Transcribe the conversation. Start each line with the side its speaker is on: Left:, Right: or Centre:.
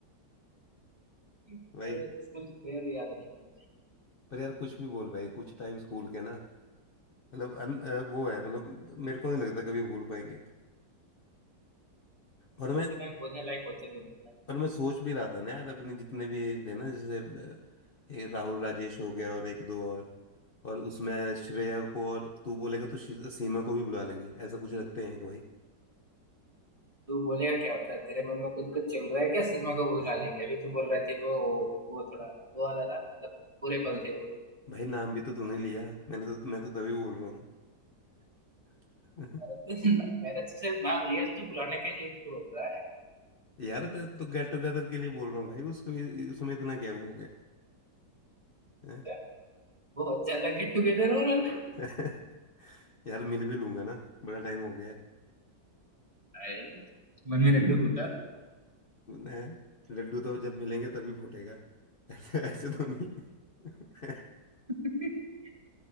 Right: <laughs>
Left: भाई
Right: स्कूल की प्रेयर याद नहीं मुझे
Left: पर यार कुछ भी बोल भाई कुछ टाइम स्कूल के ना मतलब अन, अ, वो है मतलब मेरे को नहीं लगता कभी भूल पाएंगे और
Right: स्कूल
Left: मैं
Right: के टाइम बोलने लायक होते भी नहीं ना
Left: पर मैं सोच भी रहा था ना यार अपने जितने भी थे ना जैसे अ, ये राहुल राजेश हो गया और एक दो और और उसमें श्रेया
Right: हम्म।
Left: को और तू बोलेगा तो शी- सीमा को भी बुला लेंगे ऐसा कुछ रखते हैं कि भाई
Right: तू बोलेगा क्या होता है तेरे मन में कुछ कुछ चल रहा है क्या सीमा को बुला
Left: <laughs>
Right: लेंगे अभी तो बोल रहे थे वो वो थोड़ा वो वाला था मतलब बुरे पल
Left: भाई
Right: थे वो
Left: भाई नाम भी तो तूने लिया मैंने तो मैं तो तभी बोल रहा हूँ <laughs>
Right: अरे तो <laughs> ना- मैंने तो सिर्फ नाम लिया तो तू बुलाने के लिए भी बोल रहा है
Left: यार मैं तो गेट टुगेदर के लिए बोल रहा हूँ भाई उसमें उसमें इतना क्या वो हो गया हैं?
Right: अच्छा, बहुत ज्यादा गेट टुगेदर हो रहा है
Left: <laughs> यार मिल भी लूंगा ना बड़ा टाइम हो गया है
Right: अरे मन में लड्डू फूटा
Left: हैं? लड्डू तो जब मिलेंगे तभी फूटेगा <laughs> ऐसे ऐसे तो नहीं <laughs>
Right: <laughs>